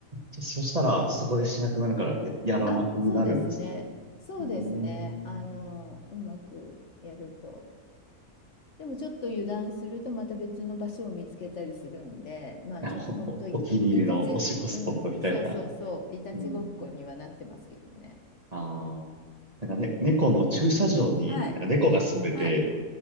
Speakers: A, on the right; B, on the left.
A: そそしたらそこでしなくなるからや、やらなくなるんですか
B: あ、そうですね。そうですね。
A: うーん。
B: あのーうまくやると。でもちょっと油断するとまた別の場所を見つけたりするんで、まあちょっと本当い、
A: <laughs> なんかお、お気に入りのおしっこスポットみたいな。
B: いたち、うん、そうそうそう、いたちごっこにはなってますけどね。
A: うん。ああ。なんかね、猫の駐車場に、
B: はい、
A: なんか猫が住んでて、
B: はい。